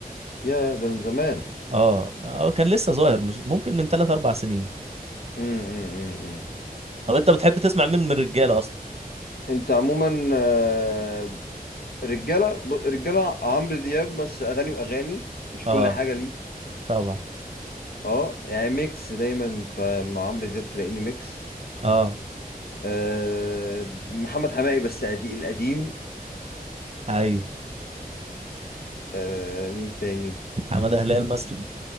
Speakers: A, on the left; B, on the right.
A: يا ده من زمان
B: اه هو كان لسه ظاهر مش ممكن من 3 4 سنين
A: امم
B: طب انت بتحب تسمع مين من الرجاله اصلا
A: انت عموما آه، رجاله ب- رجاله عمرو دياب بس اغاني واغاني مش
B: اه
A: كل حاجه ليه
B: طبعا
A: اه يعني ميكس دايما فمع عمرو دياب تلاقيني ميكس
B: اه
A: أه محمد حماقي بس أدي القديم
B: ايوه
A: أه مين تاني
B: حماده هلال مثلا